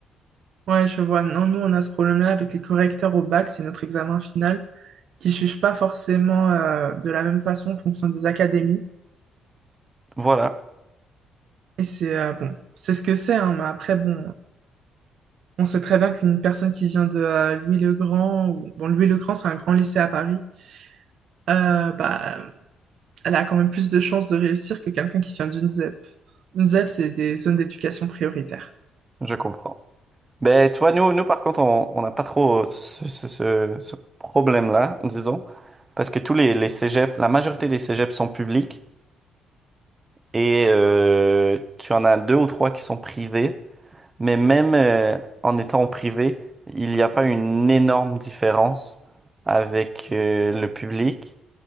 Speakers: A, on the right; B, on the right.
A: Ouais, je vois. Non, nous, on a ce problème-là avec les correcteurs au bac, c'est notre examen final, qui ne juge pas forcément euh, de la même façon en fonction des académies.
B: Voilà,
A: Et c'est euh, bon, c'est ce que c'est, hein, mais après, bon, on sait très bien qu'une personne qui vient de euh, Louis-le-Grand, ou bon, Louis-le-Grand, c'est un grand lycée à Paris, euh, bah, elle a quand même plus de chances de réussir que quelqu'un qui vient d'une ZEP. Une ZEP, c'est des zones d'éducation prioritaire.
B: je comprends. Ben, tu vois, nous, nous par contre, on on n'a pas trop ce, ce- ce- ce problème-là, disons, parce que tous les, les cégeps, la majorité des cégeps sont publics et euh, tu en as deux ou trois qui sont privés, mais même euh, en étant privé, il n'y a pas une énorme différence avec euh, le public,